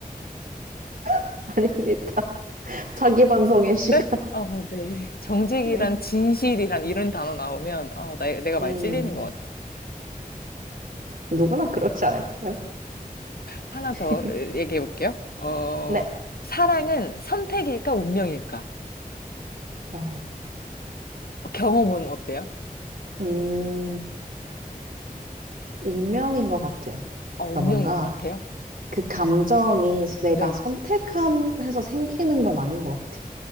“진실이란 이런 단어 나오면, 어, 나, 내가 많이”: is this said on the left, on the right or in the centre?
Left